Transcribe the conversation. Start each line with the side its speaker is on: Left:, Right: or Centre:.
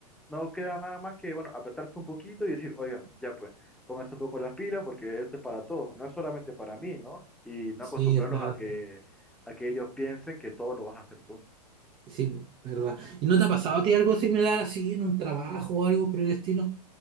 Centre: no queda nada más que, bueno, apretarse un poquito y decir, oigan, ya pues, pónganse un poco las pilas porque esto es para todos, no es solamente para mí, ¿no? Y no
Right: Sí,
Centre: acostumbrarlos
Right: está,
Centre: a que, a que ellos piensen que todo lo vas a hacer tú.
Right: sí, ¿verdad? ¿Y no te ha pasado a ti algo similar así en un trabajo o algo por el estilo?